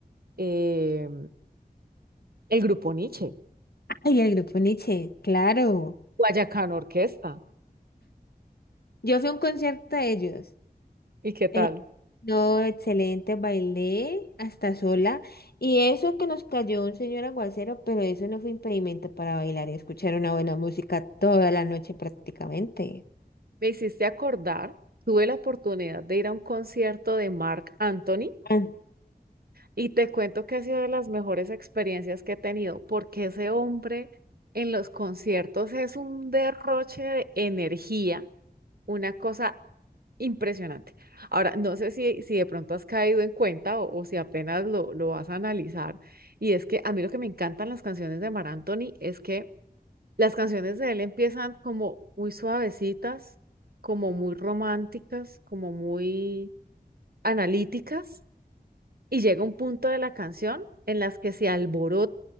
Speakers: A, on the right (about 70°); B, on the left (about 75°).
A: eh, el grupo Nietzsche,
B: Ay, el grupo Nietzsche, claro.
A: Guayacán Orquesta.
B: Yo fui a un concierto de ellos.
A: ¿Y qué tal?
B: Eh, no, excelente, bailé hasta sola. Y eso que nos cayó un señor aguacero, pero eso no fue impedimento para bailar y escuchar una buena música toda la noche prácticamente.
A: Me hiciste acordar, tuve la oportunidad de ir a un concierto de Marc Anthony
B: Ah,
A: y te cuento que ha sido de las mejores experiencias que he tenido, porque ese hombre en los conciertos es un derroche de energía, una cosa impresionante. Ahora, no sé si, si de pronto has caído en cuenta o, o si apenas lo, lo vas a analizar, y es que a mí lo que me encantan las canciones de Marc Anthony es que las canciones de él empiezan como muy suavecitas, como muy románticas, como muy analíticas, y llega un punto de la canción en las que se alborota